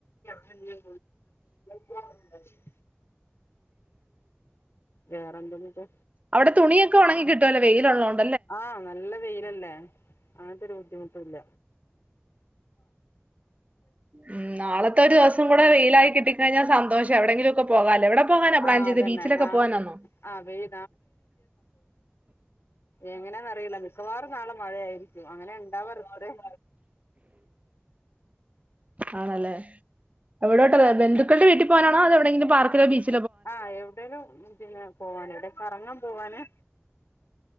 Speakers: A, on the left; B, on the right.
A: ചന്ത പോ <unintelligible> വേറെന്തുണ്ട്
B: അവിടെ തുണിയൊക്കെ ഉണങ്ങി കി കിട്ടുവല്ലോ വെയിലുള്ളോണ്ട്.
A: ആ നല്ല വെയിലല്ലേ ഒരു ബുദ്ധിമുട്ടുല്ല
B: ഉം നാളത്തൊരോസ <unintelligible> വൈലായി കി ട്ടി കഴിഞ്ഞാ സന്തോഷാ എവിടെങ്കിലൊക്കെ പോവാലോ എവിടെ പോവാനാ പ്ലാൻ
A: ആഹ്
B: ചെയ്തെ
A: അതന്നെ
B: ബീച്ചിലൊക്കെ
A: നാളെ
B: പോവാനാന്നൊ
A: ആഹ് വെയി എങ്ങനാന്നറിയില്ല നിർ മിക്കവാറും നാളെ മഴയായിരിക്കും അങ്ങനെ ഇണ്ടാവാറ് ഇത്രേം
B: ആണല്ലേ അവിടോട്ട് വെ വെന്തു ക്കളുടെ വീട്ടിൽ പോകാനാണോ അതോ എവിടെങ്കിലും പാർക്കിലോ ബീച്ച്
A: ആഹ് എവിടെലും പിന്നെ പോവാന് എടെ കറങ്ങാൻ പോവാന്